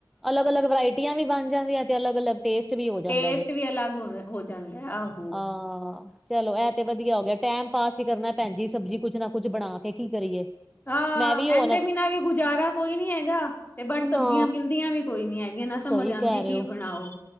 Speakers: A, in the centre; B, on the left.
A: ਅਲੱਗ-ਅਲੱਗ ਵਰਾਇਟੀ ਟੀਆਂ ਵੀ ਬਣ ਜਾਂਦੀਆਂ ਤੇ ਅਲੱਗ-ਅਲੱਗ। ਟੇਸਟ ਵੀ ਹੋ। ਜਾਂਦਾ
B: ਟੇਸਟ
A: ਜੇ
B: ਵੀ ਅਲੱਗ ਹੋ ਜਾਂਦਾ ਆਹੋ।
A: ਹਾਂ। ਚਲੋ ਇਹ ਤੇ ਵਧੀਆ ਹੋ ਗਿਆ ਟੈਮ ਪਾਸ ਹੀ ਕਰਨਾ ਭੈਣ ਜੀ ਸਬਜ਼ੀ ਕੁਛ ਨਾ ਕੁਝ ਬਣਾ ਕੇ ਕੀ ਕਰੀਏ।
B: ਹਾਂ
A: ਮੈਂ ਵੀ ਹੁਣ
B: ਏਦੇ ਬਿਨਾਂ ਵੀ ਗੁਜ਼ਾਰਾ ਕੋਈ ਨੀ ਹੈਗਾ ਤੇ ਬਟ ਸਬਜ਼ੀਆਂ
A: ਨਾ
B: ਮਿਲਦੀਆਂ ਵੀ ਕੋਈ ਨੀ ਹੈਗੀਆ। ਨਾ
A: ਸਹੀ
B: ਸਮਝ ਆਉਂਦੀ
A: ਕਹਿ
B: ਆ
A: ਰਹੇ
B: ਕੀ
A: ਹੋ
B: ਬਣਾਓ।